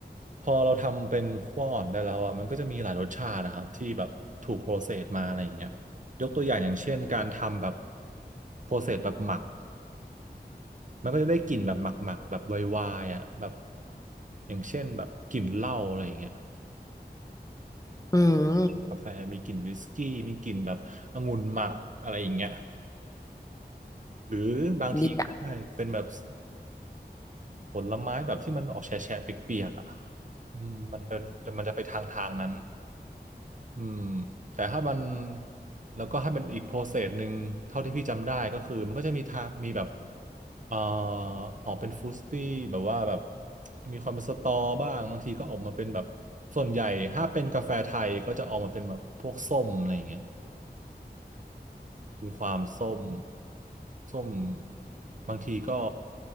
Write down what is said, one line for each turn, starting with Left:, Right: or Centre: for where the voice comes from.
Right: พอเราทำเป็นขั้วอ่อนได้แล้วอ่ะมันก็จะมีหลายรสชาตินะครับที่แบบถูกโปรเซสมาอะไรอย่างเงี้ยยกตัวอย่างอย่างเช่นการทำแบบโปรเซสแบบหมักมันก็จะได้กลิ่นแบบหมักๆแบบไวๆอ่ะแบบอย่างเช่นแบบกลิ่นเหล้าอะไรอย่างเงี้ย
Left: อืม
Right: กาแฟมีกลิ่นวิสกี้มีกลิ่นแบบองุ่นหมักอะไรอย่างเงี้ย หรือบางทีก็ได้เป็นแบบ
Left: ดีอ่ะ
Right: ผลไม้แบบที่มันออกแฉะแฉะเปียกๆอ่ะอืมมันเป็นมันจะไปทางทางนั้นอืมแต่ถ้ามันแล้วก็ถ้าเป็นอีกโปรเซสหนึ่งเท่าที่พี่จำได้ก็คือมันก็จะมีทางมีแบบเอ่อออกเป็นฟรุตตี้แบบว่าแบบมีความเป็นสตอบ้างบางทีก็ออกมาเป็นแบบส่วนใหญ่ถ้าเป็นกาแฟไทยก็จะออกมาเป็นแบบพวกส้มอะไรอย่างเงี้ย มีความส้ม ส้ม บางทีก็